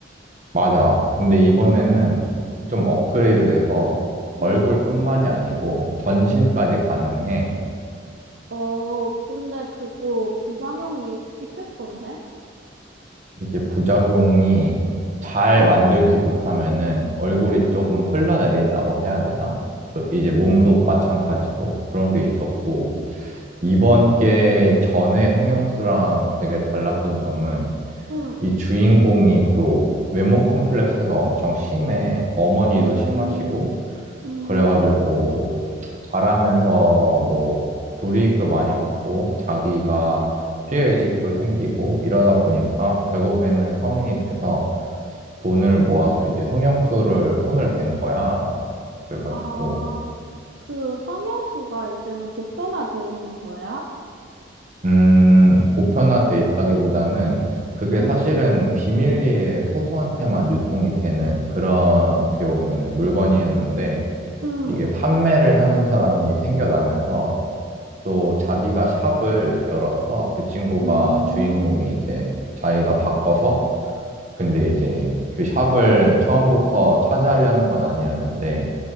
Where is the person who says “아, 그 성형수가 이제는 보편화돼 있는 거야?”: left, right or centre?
Right